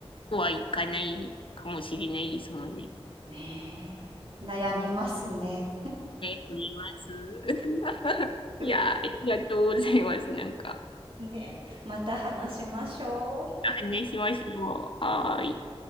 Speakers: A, on the left; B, on the right.
A: そうはいかないかもしれないですもんね。
B: ねえ、悩みますね。
A: うんね、見ます。<laughs>
B: <laughs>
A: いや、ありがとうございます。なんか、
B: ねえ、また話しましょう。
A: 話しましょう。はーい。